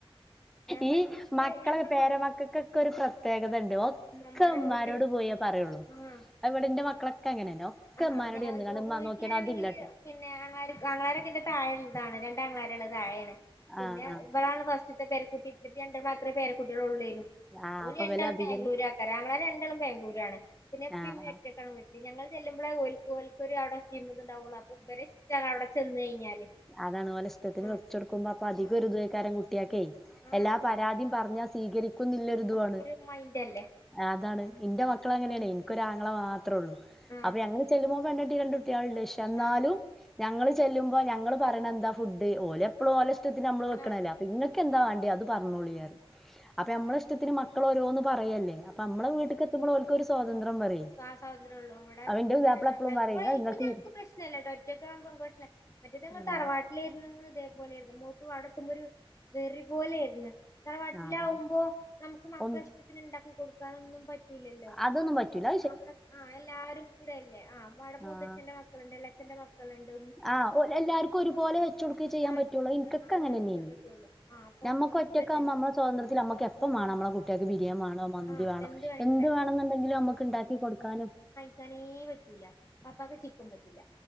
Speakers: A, on the left; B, in the centre.
A: ഞാൻ
B: ഈ
A: പറയും
B: മക്കള്
A: ഞാൻ
B: പേരമക്കക്കൊക്കെ
A: കൊട്
B: ഒരു പ്രത്യേകത എണ്ട് ഒ
A: ഉമ്മമ്മാരോട്
B: ക്ക ഉമ്മാരോട്
A: പോയിട്ട്
B: പോയെ പറയൊള്ളു
A: ആഹ്
B: ഇവിടെന്റെ മക്കളൊക്കെ അങ്ങനെന്നെ ഒക്കെ
A: ആഹ്
B: ഉമ്മാനോട്
A: ഞാൻ
B: ചെന്ന് താണ്ട് ഉമ്മ
A: വീട്ടിലാണെങ്കില്
B: നോക്കിയാ അതില്ലട്ട
A: പിന്നെ ആങ്ങളമാര് ആങ്ങളമാരൊക്കെ എന്റെ താഴെള്ളതാണ് രണ്ട് ആങ്ങളമാര് എള്ളത് താഴേണ് പിന്നെ
B: ആഹ് ആഹ്
A: ഇവളാണ് ഫസ്റ്റ് ത്തെ പേരക്കുട്ടി ഇവര് രണ്ടും മാത്രേ പേരക്കുട്ടികള് ഒള്ളേനു
B: ആഹ്
A: ഓര്
B: അപ്പൊ
A: രണ്ടാള്
B: ഇവല് അധികൊര്
A: ബാംഗ്ലൂര് ആൾക്കാരാ ആങ്ങളമാര് രണ്ടാളും ബാംഗ്ലൂരാണ്പിന്നെ ഉപ്പേ
B: ആഹ്
A: ഉമ്മേ ഒറ്റക്കാണ് വീട്ടില് ഞങ്ങൾ ചെല്ലുമ്പളേ ഓൽ ഓൽക്കൊരു അവിടെ <unintelligible> അപ്പം ഇവര് ഇഷ്ട്ടാണ് അവിടെ ചെന്ന് കഴിഞ്ഞാല്
B: അതാണ് ഓലെ ഇഷ്ടത്തിന്
A: ആഹ്
B: വെച്ചു കൊടുക്കുമ്പം അപ്പൊ അധികൊരു
A: ആഹ്
B: ഇതേക്കാരം കുട്ടിയക്കെ
A: ആഹ്
B: എല്ലാ പരാതീം പറഞ്ഞാ സ്വീകരിക്കുന്നില്ലൊരു ഇതുവാണ്
A: അപ്പൊ ഒരു മൈൻഡല്ലേ
B: ആഹ് അതാണ് ഇന്റെ മക്കളും അങ്ങനേണെ എനിക്കൊര് ആങ്ങള മാത്രൊള്ളൂ
A: ആഹ്
B: അപ്പൊ ഞങ്ങള് ചെല്ലുമ്പോ ഓൻ പെണ്ണ് കെട്ടി രണ്ട് കുട്ടികളെണ്ട് പക്ഷെ എന്നാലും
A: ആഹ്
B: ഞങ്ങള് ചെല്ലുമ്പൊ ഞങ്ങള് പറയണെ എന്താ ഫുഡ് ഓല് എപ്പളും ഓല ഇഷ്ടത്തിന് നമ്മള് വെക്കണല്ലെ
A: ആഹ്
B: ഇങ്ങൾക്കെന്താ വേണ്ടിയെ അത് പറഞ്ഞോളീ പറയും അപ്പ ഞമ്മള ഇഷ്ടത്തിന് മക്കള് ഓരോന്ന് പറയല്ലേ അപ്പം നമ്മള വീട്ടിക്ക് എത്തുമ്പോ ഓൽക്കൊരു സ്വാതന്ത്രം പറയും
A: ഇപ്പാ സ്വാതന്ത്രം ഒള്ളു ഇവിടെ
B: അപ്പൊ ഇന്റെ
A: പിന്നെ
B: പുതിയാപ്പള
A: അഹ്
B: എപ്പളും
A: ഇപ്പം
B: പറയും ഇങ്ങള്
A: ഇപ്പം
B: ഇങ്ങക്ക്
A: ഞങ്ങക്ക് പ്രശ്‌നില്ലട്ടൊ ഒറ്റക്ക് ആവുമ്പൊ <unintelligible> മറ്റേത് ഞങ്ങള്
B: ആഹ്
A: തറവാട്ടിലേരുന്നന്ന് ഇതേപോലെയാരുന്നു മോക്ക് അവിടെത്തുമ്പൊരു വെറി പോലേയിരുന്ന് തറവാട്ടിലാവുമ്പോ
B: അതന്നെ
A: നമുക്ക് മക്കളെ
B: ഒന്ന്
A: ഇഷ്ടത്തിന് ഇണ്ടാക്കി കൊടുക്കാനൊന്നും പറ്റൂല്ലല്ലോ
B: അതൊന്നും പറ്റൂല്ല
A: അവിടെ ആഹ് എല്ലാരും കൂടെയല്ലേ ആഹ് അപ്പം അവിടെ
B: ആഹ്
A: മൂത്തച്ഛന്റെ മക്കളിണ്ട് ഇളേച്ഛന്റെ മക്കളിണ്ട്
B: ആഹ് ഓഹ് എല്ലാർക്കും ഒരുപോലെ വെച്ച് കൊടുക്കെ ചെയ്യാൻ
A: ആവശ്യടുക്കുമ്പോ
B: പറ്റുള്ളു ഇനിക്കൊക്കെ
A: അത്
B: അങ്ങനെ
A: അവള്
B: തന്നെയ്ന്നു
A: ചെയ്യാൻ പറ്റുള്ളൂ ആ അപ്പൊ
B: നമ്മുക്ക് ഒറ്റക്കാവുമ്പം
A: പറ്റും.
B: നമ്മടെ സ്വാതന്ത്രത്തിൽ നമ്മക്ക് എപ്പം വേണം നമ്മടെ കുട്ടികൾക്ക് ബിരിയം വേണം മന്തി
A: ആ
B: വേണം
A: വേണെങ്കിലും
B: എന്ത്
A: ഉണ്ടായിക്കോട്ടെ
B: വേണെന്നുണ്ടെങ്കിലും നമുക്ക് ഉണ്ടാക്കി കൊടുക്കാനും
A: വെക്കാനേ പറ്റൂല്ല പപ്പാക്ക് ചിക്കൻ പറ്റില്ല